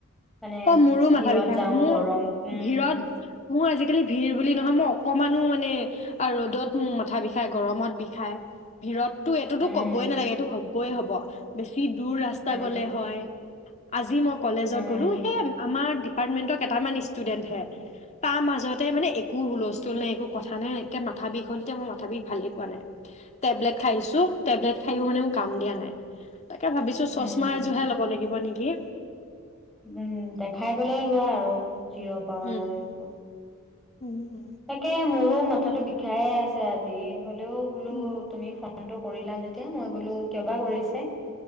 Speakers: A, in the centre; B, on the left.
A: মানে
B: অ', মোৰো মাথা
A: ভিৰত
B: বিষাই
A: যাওঁ
B: মোৰ
A: গৰম উম
B: ভিৰত মোৰ আজিকালি ভিৰ বুলি নহয় মই অকণমানো মানে ৰ'দত মোৰ মাথা বিষায় গৰমত বিষায় ভিৰত তো এইটোতো
A: উম
B: ক'বই নালাগে এইটো হ'বই হব বেছি দূৰ ৰাস্তা
A: উম
B: গ'লে হয় আজিম কলেজত
A: উম
B: গ'লো সেই আমাৰ এপাৰ্টমেণ্টৰ কেইটামান ষ্টুডেণ্টহে তাৰ মাজতে মানে একো হুলস্থুল নাই একো কথা নাই একে মাথা বিষ হ'ল তেতিয়া মই মাথা বিষ ভালেই পোৱা নাই টেবলেট খাইছোঁ টেবলেট খায়ও মানে মোৰ কাম দিয়া নাই তাকে ভাবিছো চশমা
A: উম
B: এযোৰহে ল'ব লাগিব নেকি
A: উম দেখাই পেলাই লোৱা আৰু চিৰো পাৱাৰ
B: উম
A: ৰিব
B: উম
A: তাকে মোৰো মাথাাতো বিষায়ে আছে আজি হ'লেও বোলো
B: উম উম
A: তুমি ফোনটোক কৰিলা যেতিয়া মই বোলো কিয়বা কৰিছে